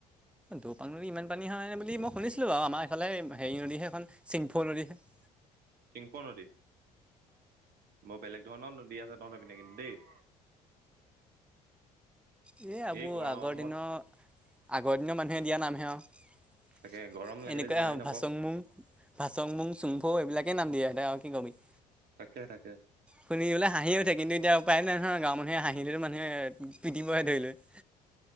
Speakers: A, in the centre; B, on the right (about 50°).
A: দৈবাং নদীত ইমান পানী হয় বুলি মই শুনিছিলো আৰু আমাৰ এইফাল হেৰি নদী হে এইখন চিংফু নদী। <inaudible> <inaudible>
B: চিংফো নদী। বৰ বেলেগ ধৰণৰ নদী আছে তহঁতৰ পিনে কিন্তু দেই। <inaudible>
A: এ এইবোৰ
B: এই গৰমত
A: আগৰ দিনৰ, আগৰ দিনৰ মানুহে দিয়া নামহে আৰু। <inaudible>
B: তাকে গৰম লাগিলে
A: এনেকুৱাই
B: যিমানেই
A: আৰু
B: নপক
A: ভাচং মুং, ভাচং মুং, চিংফো এইবিলাকে নাম দিয়ে সিহঁতে আৰু কি কবি <inaudible>
B: তাকে-তাকে। <inaudible>
A: শুনিবলৈ হাঁহি উঠে কিন্ত এতিয়া উপায় নহয় গাঁৱৰ মানুহে হাঁহিলেও মানুহে <inaudible> দিবহে ধৰি লৈ। <inaudible>